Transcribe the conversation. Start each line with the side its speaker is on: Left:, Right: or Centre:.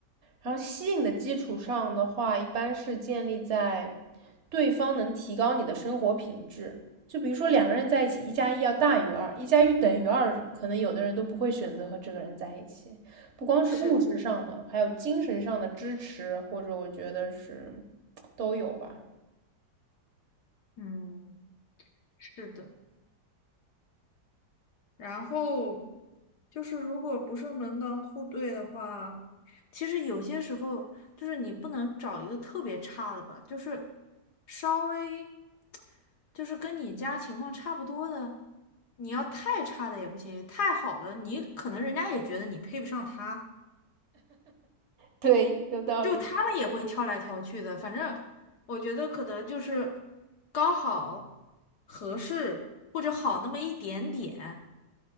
Right: 然后吸引的基础上的话，一般是建立在对方能提高你的生活品质。就比如说两个人在一起，一加一要大于二，一加一等于二，可能有的人都不会选择和这个人在一起。不光是物质上的，
Left: 是的，
Right: 还有精神上的支持，或者我觉得是都有吧。
Left: 嗯，是的。然后就是如果不是门当户对的话，其实有些时候就是你不能找一个特别差的吧，就是稍微就是跟你家情况差不多的，你要太差的也不行，太好的你可能人家也觉得你配不上他，
Right: 对，有道理。
Left: 就他们也会挑来挑去的。反正我觉得可能就是刚好合适或者好那么一点点，